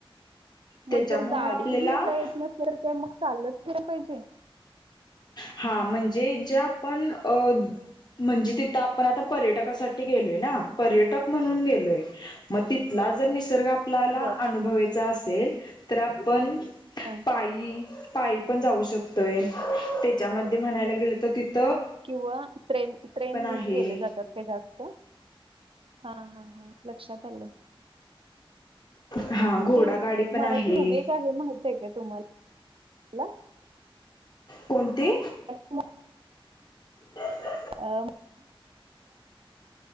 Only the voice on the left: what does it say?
त्याच्यामुळं
आपल्याला
हा म्हणजे जे आपण अ म्हणजे तिथं आपण आता पर्यटकासाठी गेलोय ना पर्यटक म्हणून गेलोय. मग तिथला जर निसर्ग आपल्याला
अनुभवाचा असेल तर आपण
पायी पायी पण जाऊ शकतोय त्याच्यामध्ये म्हणायला गेलं तर त
आहे
हा घोडा
गाडी पण
आहे
कोणते
हछ